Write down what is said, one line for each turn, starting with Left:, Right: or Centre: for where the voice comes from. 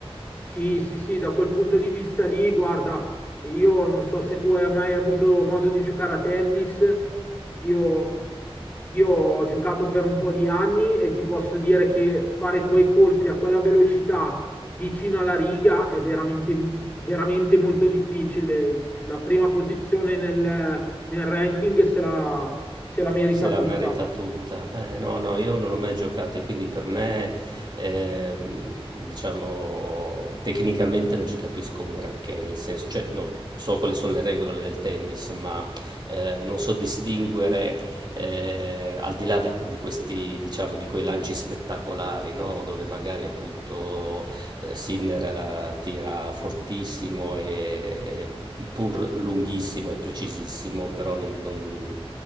Left: Sì, sì, sì, da quel punto di vista lì, guarda, io non so se tu hai mai avuto modo di giocare a tennis, io, io ho giocato per un po' di anni e ti posso dire che fare quei colpi a quella velocità vicino alla riga è veramente, veramente molto difficile. La prima posizione nel, nel ranking se la, se la merita
Right: Se la
Left: tutta.
Right: merita tutta. Eh, no, no, io non ho mai giocato e quindi per me, ehm, diciamo, tecnicamente non ci capisco un granché, nel senso, cioè, no, so quali sono le regole del tennis, ma eh, non so distinguere eh, al di là da- di questi, diciamo, di quei lanci spettacolari, no? Dove magari appunto eh, Sinner eh, tira fortissimo e pur lunghissimo e precisissimo, però non, non-